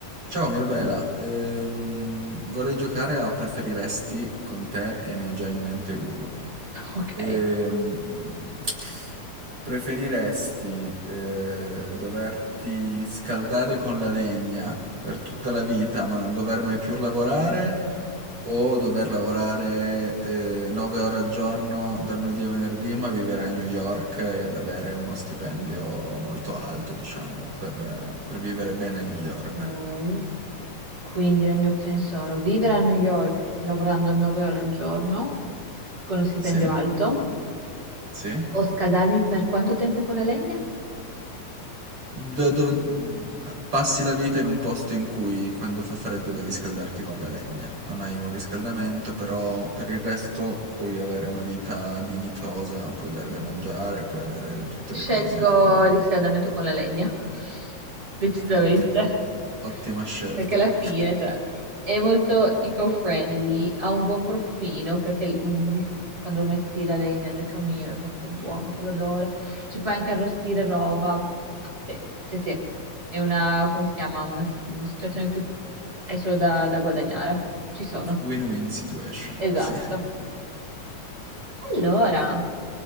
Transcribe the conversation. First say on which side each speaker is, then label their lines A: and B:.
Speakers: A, on the right; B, on the right.
A: Ciao Mirabela, Ehm, vorrei giocare a preferiresti con te e ne ho già in mente uno.
B: Ok.
A: Ehm, preferiresti eh, doverti scaldare con la legna per tutta la vita ma non dover mai più lavorare o dover lavorare eh, 9 ore al giorno dal lunedì a venerdì ma vivere a New York ed avere uno stipendio molto alto, diciamo, per eh, per vivere bene a New York?
B: Ok. Quindi le mie opzioni sono vivere a New York lavorando 9 ore al giorno con uno stipendio
A: Sì,
B: alto
A: sì.
B: o scaldarmi per quanto tempo con la legna?
A: Do- dov- passi la vita in un posto in cui quando fa freddo devi scaldarti con la legna. Non hai un riscaldamento, però per il resto puoi avere una vita dignitosa, puoi avere da mangiare, puoi avere tutte
B: Scelgo
A: le cose che vuoi.
B: il riscaldamento con la legna, <laughs> decisamente,
A: Ottimo, ottima scelta.
B: perché alla
A: <laughs>
B: fine, cioè, è molto eco-friendly, ha un buon profumino, perché mm, di- quando metti la legna nel camino è proprio buono quell'odore, ci puoi anche arrostire roba, sì, sì, sì, è una, come si chiama, una s- mm, situazione in cui hai solo da da guadagnare, ci sono,
A: Win-win situation.
B: esatto.
A: <laughs>
B: Allora...
A: Perfetto.